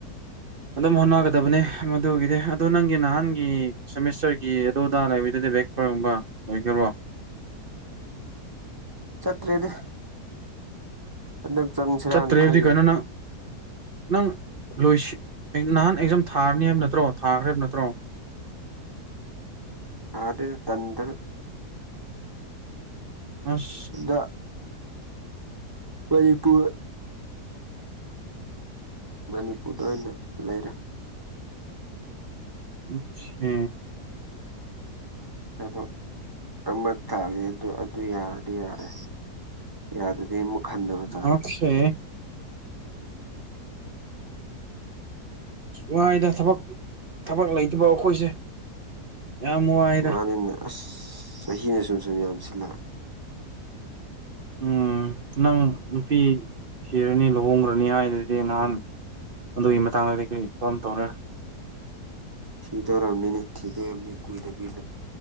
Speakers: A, on the right (about 50°); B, on the right (about 15°).
A: ꯑꯗꯨꯝ ꯍꯣꯠꯅꯒꯗꯕꯅꯤ ꯃꯗꯨꯒꯤꯗꯤ ꯑꯗꯨ ꯅꯪꯒꯤ ꯅꯍꯥꯟꯒꯤ ꯁꯦꯃꯤꯁꯇꯔꯒꯤ ꯑꯗꯨ ꯑꯗꯥ ꯂꯩꯕꯗꯨꯗꯤ ꯕꯦꯛ ꯄꯔ ꯒꯨꯝꯕ ꯂꫭꯏꯒ꯭ꯔꯕꫭ
B: ꯆꯠꯇ꯭ꯔꯦꯗ ꯍꯟꯗꯛ ꯆꯪꯁꯤꯔꯥꯅ
A: ꯊꯠꯇꯔꯦꯕꯗꯤ
B: ꯈꯜꯂꯤꯅꯤ
A: ꯀꯩꯅꯅꯅ ꯅꯪ ꯂꯣꯏꯁꯤ ꯅꯍꯥꯟ ꯑꯦꯛꯖꯝ ꯊꯥꯔꯅꯤ ꯍꯥꯏꯕ ꯅꯠꯇ꯭ꯔꯣ ꯊꯥꯈ꯭ꯔ ꯍꯥꯏꯕ ꯅꯠꯇ꯭ꯔꯣ <unintelligible>
B: ꯊꯥꯔꯔ ꯇꯗ꯭ꯔ꯭ꯔ
A: ꯑꯁ
B: ꯗ ꯃꯅꯤꯄꯨꯔ ꯃꯅꯤꯄꯨꯔꯗ ꯑꯣꯏꯅ ꯂꯩꯔꯦ
A: ꯑꯆꯥ
B: ꯇꯥꯄꯣ ꯑꯃ ꯊꯥꯜꯂꯤ ꯑꯗꯨ ꯑꯗꯨ ꯌꯥꯔꯗꯤ ꯌꯥꯔꯦ ꯌꯥꯗꯗꯤ ꯔꯦꯃꯨ ꯈꯟꯗꯅ ꯆꯥꯔꯦ
A: ꯑꯣꯀꯦ ꯋꯥꯏꯗ ꯁꯕꯛ ꯊꯕꯛ ꯂꯩꯇꯕ ꯑꯩꯈꯣꯏꯁꯦ ꯌꯥꯝ ꯋꯥꯏꯗ
B: ꯃꯥꯅꯤꯅꯦ ꯑꯁ ꯆꯍꯤꯅ ꯁꯨꯝ ꯁꯨꯝ ꯌꯥꯝ ꯁꯤꯜꯂꯛ
A: ꯎꯝ ꯅꯪ ꯅꯨꯄꯤ ꯊꯤꯔꯅꯤ ꯂꯨꯍꯣꯡꯈ꯭ꯔꯅꯤ ꯍꯥꯏꯗꯨꯗꯤ ꯅꯍꯥꯟ ꯑꯗꯨꯒꯤ ꯃꯇꯥꯡꯗꯗꯤ ꯀꯈꯣꯏ ꯀꯔꯝ ꯇꯧꯔꯦ
B: ꯊꯤꯗꯣꯏꯔꯝꯃꯤꯅꯦ ꯊꯤꯗꯣꯏꯔꯝꯅꯤ ꯀꯨꯏꯗ ꯀꯨꯏꯗ